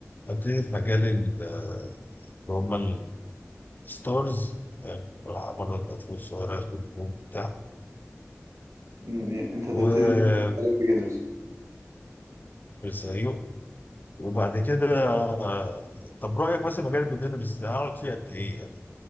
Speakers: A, on the left (about 35°); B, on the right (about 80°).
A: ابتدي في مجال ال- اللي هم الستارز فاهم بلعب بره الاطفال الصغيره ياخد نجوم بتاع
B: مم، انت تبتدي
A: والبيجنرز
B: في مجال البيجنرز
A: ايوه وبعد كده آه، طب رايك مثلا مجال البيجنرز ده هقعد فيه قد ايه يعني؟